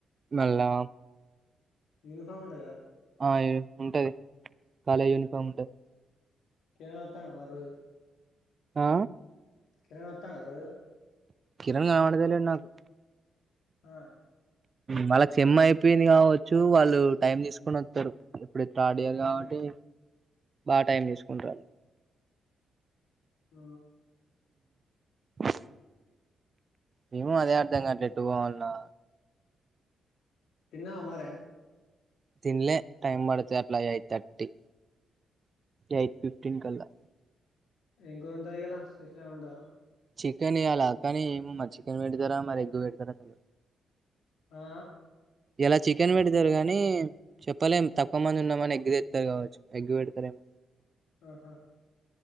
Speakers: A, on the right; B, on the left.
A: మళ్ళా
B: యూనిఫామ్ ఉంటదా
A: ఆ ఉంటది కాలేజ్ యూనిఫామ్ ఉంటది
B: కిరణ్ అతండ మరి రోజు
A: ఆ
B: కిరణ వతండ రోజు
A: కిరణ కానవదలే న్నాకు
B: ఆ
A: వాళ్ళకి సేమ్ అయిపోయింది కావచ్చు వాళ్ళు టైమ్ తీసుకొని వస్తారు ఇప్పుడు థర్డ్ ఇయర్
B: ఆహా
A: కాబట్టి బాగా టైం తీసుకుంటారు
B: ఆ
A: హ మేము అదే అర్ధంగాట్లే ఎట్టుపోవాలన్నా
B: తిన్నవ మారే
A: తిన్లే టైమ్ పడతది అట్లా ఎయిట్ తర్టీటీ ఎయిట్ ఫిఫ్టీన్ కల్లా
B: ఇం కూడా ఉంటారు ఇలా స్పెషల్ ఏమ ఉంటందా
A: చికెన్ ఈయల కానీ ఏమో మరి చికెన్ పెడతారా మరి ఎగ్ పెడతారా చ
B: ఆ
A: ఇయలా చికెన్ పెడతారు గానీ చెప్పలేం తక్కువ మంది ఉన్నామని ఎగ్గి తెతారు కావచ్చు ఎగ్గి పెడతారెమో
B: ఆహా